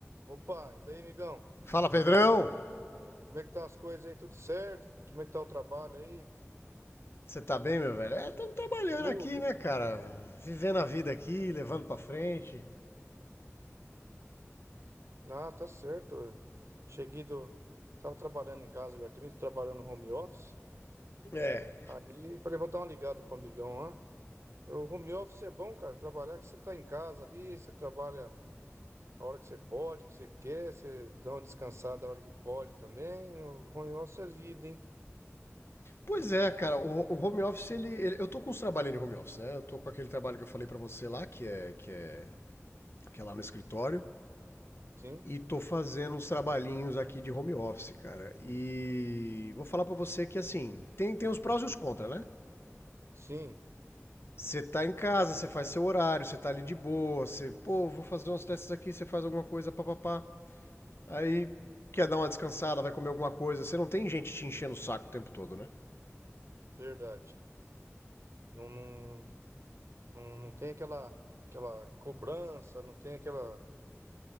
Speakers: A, on the right; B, on the left.
A: Opa, e daí, amigão?
B: Fala,
A: Beleza?
B: Pedrão!
A: Como é que tá as coisas aí? Tudo certo? Como é que tá o trabalho aí?
B: Você tá bem, meu velho? É, estamos trabalhando
A: Ô,
B: aqui,
A: be-
B: né, cara? Vivendo a vida aqui, levando pra frente.
A: Ah, tá certo. Cheguei do. Tava trabalhando em casa agora também, tô trabalhando no home office.
B: É.
A: Aí falei, vou dar uma ligada pro amigão lá. O home office é bom, cara. Trabalhar que você tá em casa ali, você trabalha a hora que você pode, que você quer, você dá uma descansada a hora que pode também. O home office é vida, hein?
B: Pois é, cara, o, o home office, ele, ele- Eu tô com uns trabalhando em home office, né? Eu tô com aquele trabalho que eu falei pra você lá, que é, que é, que é lá no escritório.
A: Sim,
B: E tô fazendo uns trabalhinhos aqui de home office, cara. E vou falar pra você que, assim, tem, tem os prós e os contras, né?
A: sim,
B: Você tá em casa, você faz seu horário, você tá ali de boa, você, pô, vou fazer umas testes aqui, você faz alguma coisa, papapá. Aí quer dar uma descansada, vai comer alguma coisa. Você não tem gente te enchendo o saco o tempo todo, né?
A: verdade. Não, não. Não, não tem aquela, aquela cobrança, não tem aquela